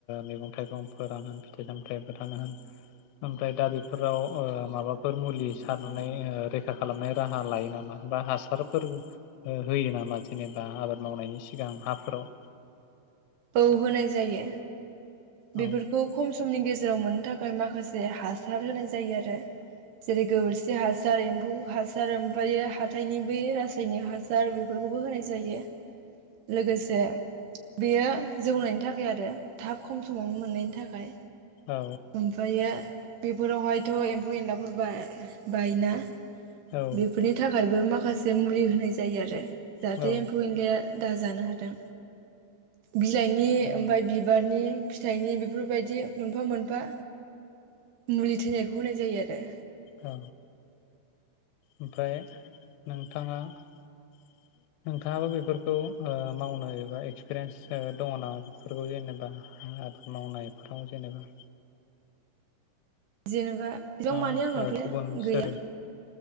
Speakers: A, on the left; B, on the right.
A: मैगं थाइगं फोरानो होन फिथाइ सामथाय फोरानो होन ओमफ्राय दा बेफोराव माबाफोर मुलि सारनानै रैखा खालामनाय राहा लायो नामा होनबा हासार फोर होयो नामा जेनेबा आबाद मावनायनि सिगां हा फोराव
B: औ होनाय जायो। बेफोरखौ
A: औ
B: खम समनि गेजेराव मोन थाखाय माखासे हासार होनाय जायो। जायो आरो। जेरै गोबोरखि हासा हासार एम्फौ हासार ओमफायो हाथायनि बे रासायनिक हासार बेफोरखौबो होनाय जायो लोगोसे बेयो जौनायनि थाखाय आरो थाब खम समावनो मोननायनि थाखाय।
A: औ
B: ओमफायो बेफोरावहायथ' एम्फौ एनलाफोर बा बायोना
A: औ
B: बेफोरनि थाखायबो माखासे जे मुलि होनाय जायो आरो जाहाथे
A: औ
B: एम्फौ एनलाया दा जानो हादों बिलाइनि
A: औ
B: ओमफाय बिबारनि फिथाइनि बेफोरबायदि मोनफा मोन फा मुलि थैनायखौ होनाय जायो आरो
A: औ ओमफ्राय नोंथाङा नोंथाङाबो बेफोरखौ ओ मावनो एबा एक्सपिरियेन्स दङ नामा बेफोरखौ जेनेबा आबाद मावनायफोराव जेनेबा
B: जेनेबा एसेबां
A: ना
B: मानि आंनावथ'
A: गुबुन
B: गैया
A: सोर